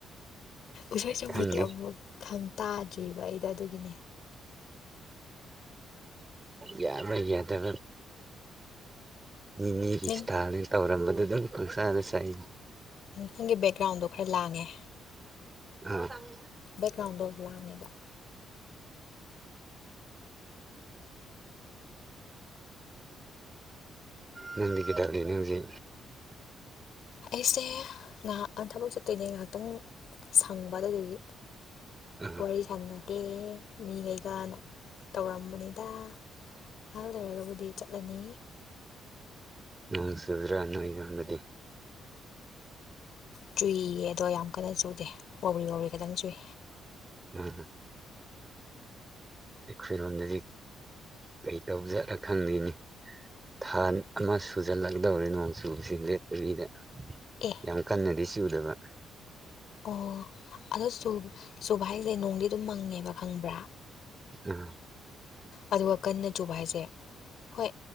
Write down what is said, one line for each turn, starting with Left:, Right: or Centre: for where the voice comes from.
Left: ꯎꯁꯣꯏ ꯆꯝꯐꯨꯠꯇꯤ
Right: ꯊꯗꯤ
Left: ꯑꯃꯨꯛ ꯈꯪ ꯇꯥꯗ꯭ꯔꯤꯕ ꯑꯩꯗꯣ ꯑꯗꯨꯒꯤꯅꯦ
Right: ꯌꯥ ꯍꯥꯏ ꯌꯥꯗ ꯅꯤꯅꯦꯒꯤ
Left: ꯅꯪ
Right: ꯏꯁꯇꯥꯥꯅꯤ ꯇꯧꯔꯝꯕꯗ ꯑꯗꯨꯝ ꯄꯪꯁꯥꯅ ꯆꯥꯏꯅꯤ
Left: ꯅꯪꯒꯤ ꯕꯦꯛꯒ꯭ꯔꯥꯎꯟꯗꯣ ꯈꯔ ꯂꯥꯡꯉꯦ
Right: ꯆꯥꯡ
Left: ꯕꯦꯛꯒ꯭ꯔꯥꯎꯟꯗꯣ ꯂꯥꯡꯉꯦꯕ
Right: ꯅꯗꯤ ꯀꯗꯒꯂꯤ ꯅ ꯍꯧꯖꯤ
Left: ꯑꯩꯁꯦ ꯉꯥꯏꯍꯥꯛ ꯊꯕꯛ ꯆꯠꯇꯣꯏꯅꯦ ꯉꯥꯏꯍꯥꯛꯇꯪ ꯁꯪꯕ ꯑꯗꯨ ꯑꯗꯨꯒꯤ
Right: ꯑꯥ
Left: ꯋꯥꯔꯤ ꯁꯥꯟꯅꯩ ꯑꯦ ꯃꯤ ꯀꯩꯒ ꯇꯧꯔꯝꯕꯅꯤꯗ ꯅꯍꯥꯛ ꯂꯩꯔꯒꯕꯨꯗꯤ ꯆꯠꯂꯅꯤ
Right: ꯅꯣꯡ ꯆꯨꯗ꯭ꯔꯥ ꯅꯣꯏ ꯌꯣꯟꯕꯗꯤ
Left: ꯆꯨꯏꯌꯦ ꯑꯗꯣ ꯌꯥꯝ ꯀꯟꯅ ꯆꯨꯗꯦ ꯋꯥꯎꯔꯤ ꯋꯥꯎꯔꯤ ꯈꯤꯇꯪ ꯆꯨꯏ
Right: ꯑ ꯑꯦ ꯐꯔ ꯑꯣꯅꯗꯤ ꯀꯩꯇꯧꯖꯠꯔ ꯈꯪꯗꯦꯅꯤ ꯊꯥ ꯑꯃ ꯁꯨꯖꯜꯂꯛꯀꯗꯧꯔꯦ ꯅꯣꯡ ꯆꯨꯁꯤꯡꯗꯤ ꯅꯨꯕꯤꯗ
Left: ꯑꯦ
Right: ꯌꯥꯝ ꯀꯟꯅꯗꯤ ꯆꯨꯗꯕ
Left: ꯑꯣ ꯑꯗꯣ ꯆꯨꯕ ꯍꯥꯏꯁꯦ ꯅꯣꯡꯗꯤ ꯑꯗꯨꯝ ꯃꯪꯉꯦꯕ ꯈꯪꯕ꯭ꯔꯥ
Right: ꯎꯝ
Left: ꯑꯗꯨꯒ ꯀꯟꯅ ꯆꯨꯕ ꯍꯥꯏꯁꯦ ꯍꯣꯏ